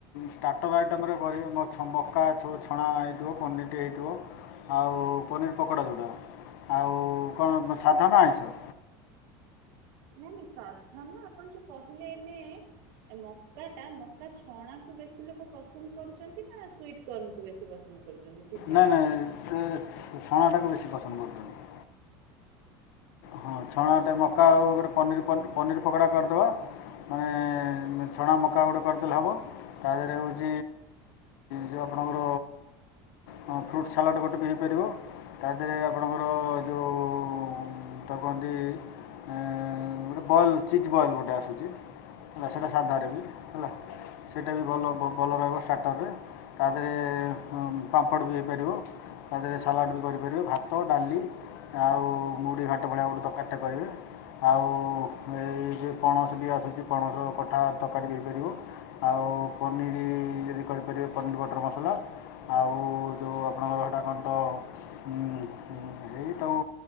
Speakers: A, on the left; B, on the right.
A: ଷ୍ଟାଟର ଆଇଟମରେ କରିବେ ମ ଛ ମକା ଛ-ଛଣା ହେଇଥିବ ପନିରଟିଏ ହେଇଥିବ। ଆଉ ପନିର୍ ପକୋଡା ଯୋଉଟା ଆଉ କଣ ସାଧ ନା ଆଇଁଷ?
B: ନାଇଁ ନାଇଁ ସାଧା ନା ଆପଣ ଯୋଉ କହିଲେ ଏନେ ଏ ମକାଟା ମକା ଛଣାକୁ ବେଶୀ ଲୋକ ପସନ୍ଦ କରୁଚନ୍ତି ନା ସୁଇଟିକର୍ଣ୍ଣକୁ ବେଶୀ ପସନ୍ଦ କରୁଛନ୍ତି ସିଝାଟାକୁ?
A: ନାଁ ନାଁ ସେ ସେ ଛଣାଟାକୁ ବେଶୀ ପସନ୍ଦ କରୁଚନ୍ତି। ହଁ ଛଣାଟା
B: ଓହୋ
A: ମକା
B: ଆଚ୍ଛା
A: ଆଉ
B: ଆଚ୍ଛା
A: ଗୋଟେ ପନିର୍ ପନି-ପନିର। ପକଡା କରିଦେବା ମାନେ ଛଣା ମକା ଗୋଟେ କରିଦେଲେ ହବ। ତା ଦେହରେ ହୋଉଚ ଯୋଉ ଆପଣଙ୍କର ହଁ ଫ୍ରୁଟ୍ ସାଲାଡ୍ ଗୋଟେ ବି ହେଇପାରିବ ତା ଦେହରେ ଆପଣଙ୍କର ଯୋଉ ତାକୁ କୁହନ୍ତି ଏଁ ଗୋଟେ ବଏଲ୍ ଚିଜ୍ ବଏଲ୍ ଗୋଟେ ଆସୁଚି। ହେଲା ସେଇଟା ସାଧାରେ ବି ହେଲା ସେଇଟା ବି ଭଲ ଭଲ ରହିବ ଷ୍ଟାଟରରେ। ତା ଦେହରେ ପାମ୍ପଡ ବି ହେଇପାରିବ। ତା ଦେହରେ ସାଲାଡ୍ ବି କରିପାରିବେ ଭାତ, ଡାଲି ଆଉ ମୁଢି ଘା ଣ୍ଟ ଭଲିଆ ତରକାରୀଟେ କରିବେ। ଆଉ ଏଇ ଯେ ପଣସ ବି ଆସୁଚି ପଣସ କଠା ତରକାରୀ ହେଇପାରିବ। ଆଉ ପନିର୍ ଯଦି କରିପାରିବେ ପନିର୍ ବଟର ମସଲା ଆଉ ଯୋଉ ଆପଣଙ୍କର ହେଟା କଣ ତ ହୁଁ ହୁଁ ହେଇ ତାକୁ